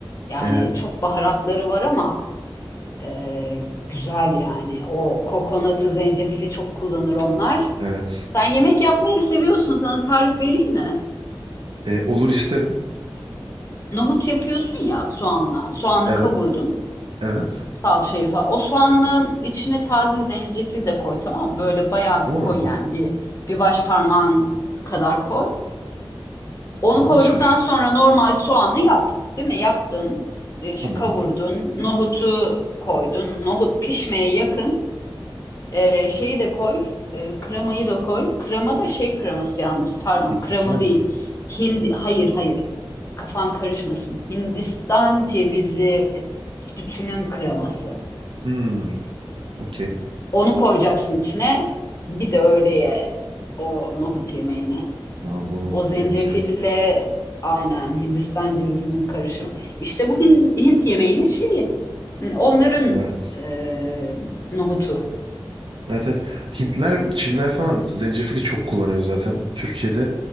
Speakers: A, on the left; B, on the right.
A: Yani
B: Ee,
A: çok baharatları var ama e, güzel yani. O kokonatı, zencefili çok kullanır onlar.
B: evet.
A: Sen yemek yapmayı seviyorsun. Sana tarif vereyim mi?
B: Ee, olur isterim.
A: Nohut yapıyorsun ya soğanla. Soğanı
B: Evet.
A: kavurdun.
B: Evet.
A: Salçayı falan. O soğanın içine taze zencefil de koy tamam mı? Böyle bayağı
B: Oo,
A: bir koy yani. Bir, bir baş parmağın kadar koy. Onu
B: ilginçmiş.
A: koyduktan sonra normal soğanı yap. Değil mi? Yaptın. E, şu
B: Tamam.
A: kavurdun. Nohutu koydun. Nohut pişmeye yakın. Ee, şeyi de koy, e, kremayı da koy. Krema da şey kreması yalnız, pardon,
B: Bitkisel
A: krema değil.
B: mi?
A: Hindi, hayır hayır, kafan karışmasın. Hindistan cevizi sütünün kreması.
B: Hmm, okey.
A: Onu koyacaksın içine. Bir de öyle o nohut yemeğini.
B: Ya bunu
A: O zencefille
B: deneyeceğim.
A: aynen Hindistan cevizinin karışımı. İşte bu Hint, Hint yemeğinin şeyi. Onların
B: Evet.
A: e, nohutu.
B: Evet evet. Hintler, Çinler falan zencefili çok kullanıyor zaten. Türkiye'de